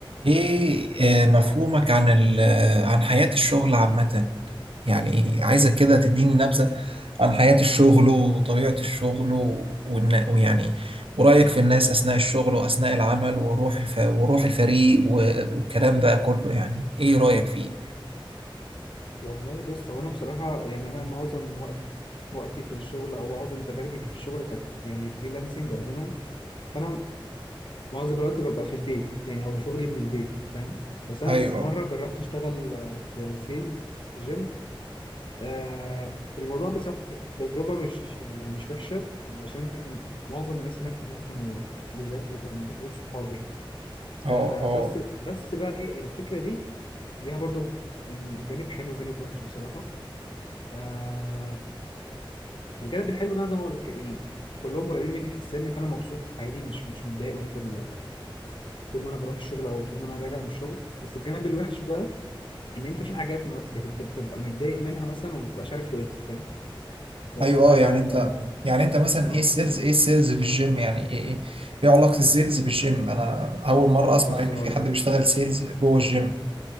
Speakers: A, on the right; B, on the left.
A: ايه آه، مفهومك عن ال آه، عن حياة الشغل عامة يعني عايزك كده تديني نبذة عن حياة الشغل وطبيعة الشغل و- والن- ويعني ورأيك في الناس أثناء الشغل وأثناء العمل وروح الف... وروح الفريق و- والكلام ده كله يعني ايه رأيك فيه؟
B: والله بص هو انا بصراحه يعني انا معظم وقت وقتي في الشغل او معظم تجاربي في الشغل كانت يعني فريلانسنج عموما فانا معظم الوقت ببقى في البيت يعني او شغلي من البيت فاهم بس انا
A: ايوه
B: س- مره جربت اشتغل آه، في سيلز في جيم آه الموضوع بصراحه كانت تجربه مش يعني مش وحشه علشان كان معظم الناس هناك بصراحة كانوا لزاز وكانوا غير صحاب يعني
A: اه
B: آه
A: اه
B: بس بس بقى ايه الفكره دي ليها برضو يعني جانب حلو وجانب وحش بصراحه آه الجانب الحلو ان انا زي ما قلت يعني كلهم قريبين مني في السن فانا مبسوط عادي مش مش متضايق وانا في ال- طول ما انا بروح الشغل او طول ما انا راجع من الشغل بس الجانب الوحش بقى ان انت في حاجات ما بت- بت- بتبقى متضايق منها مثلا وما بتبقاش عارف تقولها فاهم لو
A: ايوه
B: تقول لا
A: اه
B: يا
A: يعني
B: عم
A: انت
B: ده
A: يعني انت مثلا
B: اه
A: ايه السيلز ايه السيلز بالجيم يعني ايه ايه ايه علاقة السيلز بالجيم انا اول مرة اسمع
B: بص
A: ان
B: هقول
A: في حد
B: لك
A: بيشتغل سيلز جوه الجيم